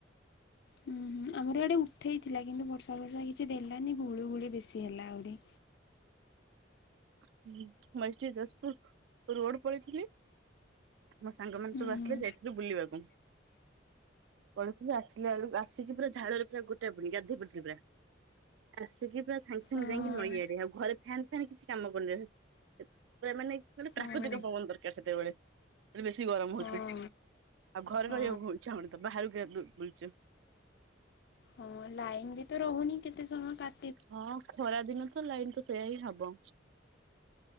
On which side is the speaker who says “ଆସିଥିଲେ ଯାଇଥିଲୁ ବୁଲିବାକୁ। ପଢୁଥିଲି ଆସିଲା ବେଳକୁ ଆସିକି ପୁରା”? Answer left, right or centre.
Right